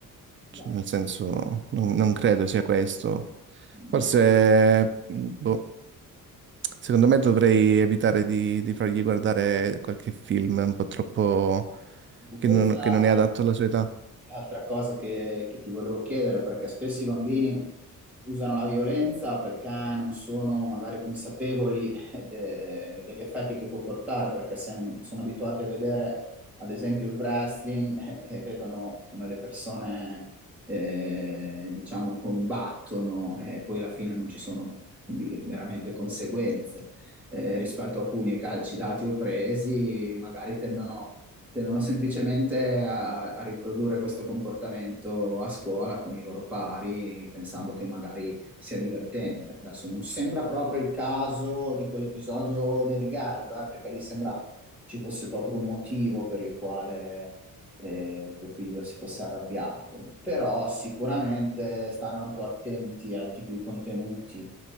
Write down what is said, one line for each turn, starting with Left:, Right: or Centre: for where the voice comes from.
Right: C-
Centre: va.
Right: nel senso non, non credo sia questo.
Centre: Mm,
Right: Forse, mh, boh, secondo me dovrei evitare di, di fargli guardare qualche film un po' troppo
Centre: ecco,
Right: che
Centre: Questa
Right: non che non è adatto alla sua età.
Centre: è l'altra cosa che, che ti volevo chiedere, perché spesso i bambini usano la violenza perché non sono magari consapevoli de- degli effetti che può portare, perché se non- sono abituati a vedere, ad esempio, il wrestling <laughs> eh, e vedono come le persone, eh, diciamo, combattono e poi alla fine non ci sono di- veramente conseguenze. Eh, rispetto a pugni e calci dati o presi, magari tendono tendono semplicemente a, a riprodurre questo comportamento a scuola con i loro pari, pensando che magari sia divertente. Adesso non sembra proprio il caso di quell'episodio del regalo, eh, perché lì sembra che ci fosse proprio un motivo per il quale eh, tuo figlio si fosse arrabbiato, però sicuramente stare un po' attenti al tipo di contenuti